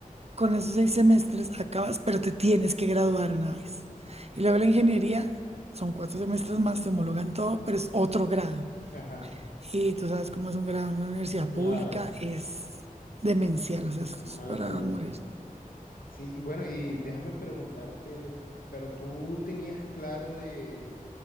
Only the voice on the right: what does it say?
con esos seis semestres acabas, pero te tienes que graduar una vez. Y luego la ingeniería, son cuatro semestres más, te homologan todo, pero es otro grado.
Y tú sabes cómo es un grado en una universidad
pública, es demencial, o sea, esto es
para
morir.